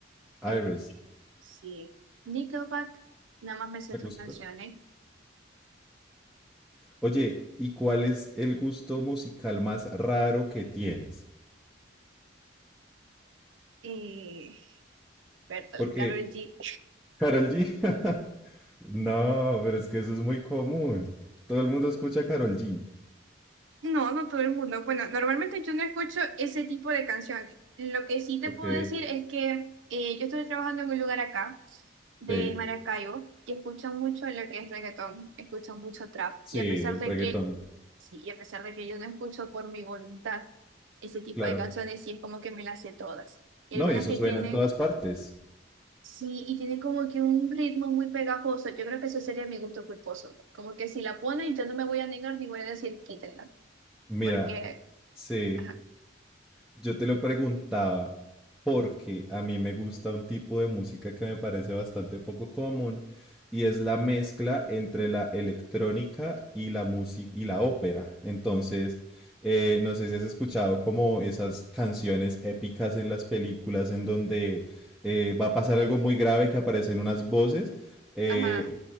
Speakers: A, in the centre; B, on the right (about 80°).
A: Iris,
B: Eh, sí, Nickelback, nada más me sé
A: me
B: tres
A: gusta.
B: canciones.
A: Oye, ¿y cuál es el gusto musical más raro que tienes?
B: Eh, Bertolt,
A: Porque
B: Karol G.
A: Karol G, <laughs> no, pero es que eso es muy común. Todo el mundo escucha Karol G.
B: No, no todo el mundo. Bueno, normalmente yo no escucho ese tipo de canciones. Lo que sí te
A: Ok,
B: puedo decir es que eh, yo estoy trabajando en un lugar acá, de
A: sí,
B: Maracaibo, que escuchan mucho lo que es reggaetón, escuchan mucho trap.
A: sí,
B: Y a pesar
A: el
B: de
A: reggaetón,
B: que, sí, y a pesar de que yo no escucho por mi voluntad ese tipo
A: claro.
B: de canciones, sí es como que me las sé todas. Y
A: No,
B: algunas
A: y eso
B: que
A: suena
B: tienen,
A: en todas partes.
B: sí, y tienen como que un ritmo muy pegajoso. Yo creo que eso sería mi gusto culposo. Como que si la ponen, yo no me voy a negar ni voy a decir quítenla
A: Mira,
B: porque
A: sí.
B: Ajá.
A: Yo te lo preguntaba porque a mí me gusta un tipo de música que me parece bastante poco común y es la mezcla entre la electrónica y la música y la ópera. Entonces, eh, no sé si has escuchado como esas canciones épicas en las películas en donde eh, va a pasar algo muy grave que aparecen unas voces. eh,
B: Ajá.